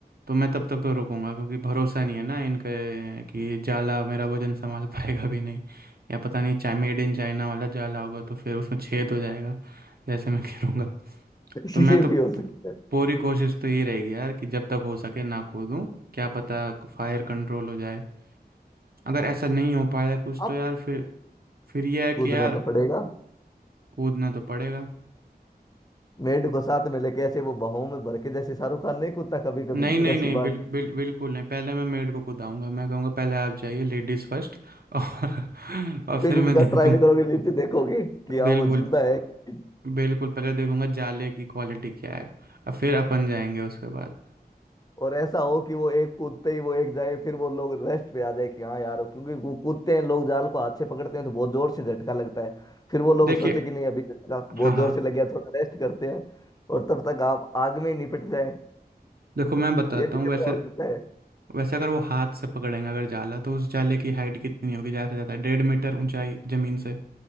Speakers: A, on the right; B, on the left.
A: तो मैं तब तक तो रुकूंगा क्योंकि भरोसा नहीं है ना इनके कि ये जाला मेरा वजन संभाल पाएगा भी नहीं या पता नहीं चाहे मेड इन चाइना वाला जाला होगा तो फिर उसमें छेद हो जाएगा जैसे मैं <laughs> गिरूंगा
B: <laughs>
A: तो मैं
B: ये
A: तो
B: भी
A: पू-
B: हो सकता है
A: पूरी कोशिश तो यही रहेगी यार कि जब तक हो सके ना कूदूं क्या पता फायर कंट्रोल हो जाए अगर ऐसा नहीं हो पाया कुछ
B: अब
A: तो यार फिर फिर यह है
B: कूदना
A: कि यार
B: तो पड़ेगा
A: कूदना तो पड़ेगा
B: मेड को साथ में लेके ऐसे वो बाहों में भर के जैसे शाहरुख खान नहीं कूदता कभी कभी
A: नहीं नहीं
B: रस्सी
A: नहीं
B: बांध
A: बिल्कुल बिल, बिल- बिल्कुल नहीं पहले मैं मेड को कुदाऊंगा मैं कहूंगा पहले आप जाइए लेडीज फर्स्ट और <laughs> और
B: फिर
A: फिर
B: उनका
A: मैं देखूं
B: ट्रायल करोगे नीचे देखोगे कि हाँ
A: बिल्कुल
B: वो जिंदा है कि
A: बिल्कुल पहले देखूंगा जाले की क्वालिटी क्या है और फिर अपन जाएंगे उसके बाद
B: और ऐसा हो कि वो एक कूदते ही वो एक जाए फिर वो लोग रेस्ट पे आ जाए कि हाँ यार क्योंकि वो कूदते हैं लोग जाल को हाथ से पकड़ते हैं तो बहुत जोर से झटका लगता है फिर वो लोग
A: देखिए
B: सोचे कि नहीं अभी तो झटका बहुत
A: हाँ हाँ
B: जोर से लग गया थोड़ा रेस्ट करते हैं और तब तक आप आग में ही निपट जाए
A: देखो मैं बताता
B: ये भी
A: हूँ
B: खतरा
A: वैसे
B: हो सकता है
A: वैसे अगर वो हाथ से पकड़ेंगे अगर जाला तो उस जाले की हाइट कितनी होगी ज़्यादा से ज़्यादा डेढ़ मीटर ऊंचाई ज़मीन से